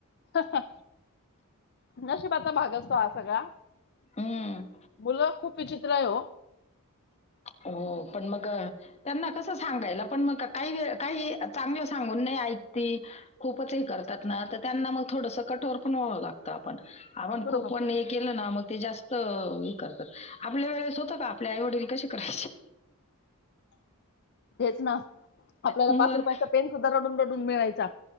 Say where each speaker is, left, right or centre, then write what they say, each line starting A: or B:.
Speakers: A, on the left; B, on the left.
A: हं, हा नशिबाचा भाग असतो हा सगळा.
B: हम्,
A: मुलं खूप विचित्रय हो.
B: हो पण मग अं त्यांना कसं सांगायला पण मग काही वे, ळ काही चांगलं सांगून नाही ऐकती. खूपच हे करतात ना तर त्यांना मग थोडसं कठोर पण व्हावं लागतं, आपण आपण
A: बरोबर
B: खूप पण एक केलं ना मग ते जास्त हे करतात आपल्या वेळेत होतं का आपल्या आई वडील कसे करायचे
A: हेच ना आपल्याला
B: मग
A: पाच रुपयाचा पेन सुद्धा रडून -रडून मिळायचा.